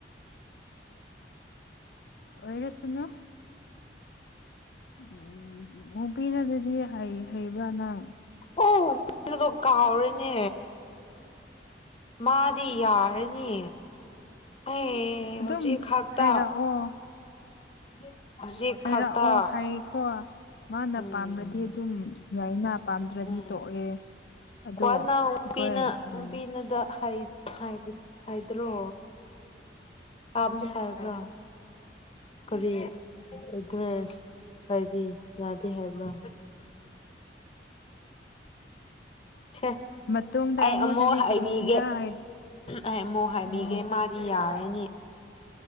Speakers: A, on the left; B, on the left.
A: ꯑꯣꯏꯔꯁꯅꯨ ꯎꯝ ꯃꯨꯄꯤꯅꯗꯗꯤ ꯍ ꯩ ꯍꯩꯕ꯭ꯔꯥꯅꯪ
B: ꯑꯣ ꯄꯤꯗ ꯀꯥꯥꯎꯔꯦꯅꯦ ꯃꯥꯗꯤ ꯌꯥꯔꯅꯤ ꯑꯩ
A: ꯑꯗꯨꯝ
B: ꯍꯧꯖꯤꯛ ꯈꯛꯇ
A: ꯍꯥꯏꯔꯛꯑꯣ
B: <inaudible>
A: ꯍꯥꯏꯔꯛꯑꯣ
B: ꯈꯛꯇ
A: ꯍꯥꯏꯈ꯭ꯔꯣ ꯃꯥꯅ
B: ꯎꯝ
A: ꯄꯥꯝꯂꯗꯤ ꯑꯗꯨꯝ ꯌꯥꯏꯅ ꯄꯥꯝꯗ꯭ꯔꯗꯤ
B: ꯎꯝ
A: ꯇꯣꯛꯑꯦ ꯑꯗꯣ ꯑꯩꯈꯣꯏ
B: ꯅꯨꯄꯤꯅꯒ
A: ꯎꯝ
B: ꯍꯥꯏ ꯍꯥꯏꯕ ꯍꯥꯏꯗ꯭ꯔꯣ ꯀꯝꯗꯤ ꯍꯥꯏꯕ꯭ꯔꯥ ꯀꯔꯤ ꯑꯦꯗ꯭ꯔꯦꯁ ꯀꯔꯤꯒꯤ ꯌꯥꯗꯦ ꯍꯥꯏꯕ꯭ꯔꯥ ꯁꯦ
A: ꯃꯇꯨꯡꯗ
B: ꯑꯩ
A: ꯑꯩꯉꯣꯟꯗꯗꯤ
B: ꯑꯃꯨꯛ ꯍꯥꯏꯕꯤꯒꯦ
A: ꯀꯔꯤꯒꯤꯔꯥ ꯍꯥꯏ
B: ꯑꯩ ꯑꯃꯨꯛ ꯍꯥꯏꯕꯤꯒꯦ
A: ꯎꯝ
B: ꯃꯥꯗꯤ ꯌꯥꯔꯦ ꯅꯤ